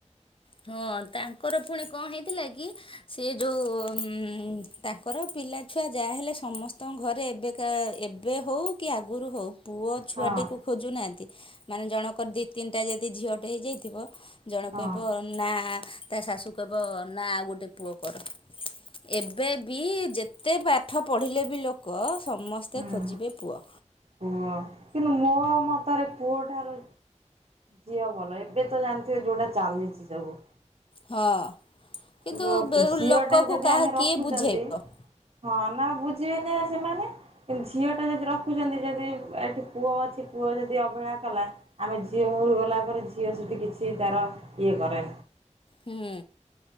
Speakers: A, on the left (about 45°); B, on the right (about 55°).
A: ହଁ ତାଙ୍କର ପୁଣି କଣ ହେଇଥିଲା କି ସେ ଯୋଉ ଉଁ ତାଙ୍କର ପିଲା ଛୁଆ ଯାହା ହେଲେ ସମସ୍ତଙ୍କ ଘରେ ଏବେକା ଏବେ ହେଉ କି ଆଗରୁ ହେଉ ପୁଅ ଛୁଆଟାକୁ
B: ହଁ
A: ଖୋଜୁନାହାଁନ୍ତି ମାନେ ଜଣଙ୍କର ଦି ତିନିଟା ଯଦି ଝିଅଟେ ହେଇଯାଇଥିବ ଜଣେ
B: ହଁ
A: କହିବ ନା ତା ଶାଶୁ କହବ ନା ଆଉ ଗୋଟେ ପୁଅ କର। ଏବେ ବି ଯେତେ ପାଠ ପଢ଼ିଲେ ବି ଲୋକ ସମସ୍ତେ
B: ହୁଁ
A: ଖୋଜିବେ ପୁଅ।
B: ପୁଅ କିନ୍ତୁ ମୋ ମତରେ ପୁଅ ଠାରୁ ଝିଅ ଭଲ ଏବେ ତ ଜାଣିଥିବେ ଯୋଉଟା ଚାଲିଛି ସବୁ।
A: ହଁ କିନ୍ତୁ
B: ଝିଅଟେ
A: ବେହୁ ଲୋକକୁ
B: ଯଦି
A: କାହା
B: ଆମେ ରଖୁଛନ୍ତି
A: କିଏ ବୁଝେଇବ।
B: ହଁ ନା ବୁଝିବେନି ବା ସେମାନେ କିନ୍ତୁ ଝିଅ ଟା ଯଦି ରଖ ଦେଖୁଛନ୍ତି ଯଦି ଅ ଏଠି ପୁଅ ଅଛି ପୁଅ ଯଦି ଅବହେଳା କଲା ଆମେ ଝିଅ ହରୁ ଗଲା ଧର ଝିଅ ସେଠି କିଛି ତାର ଇଏ କରେ।
A: ହୁଁ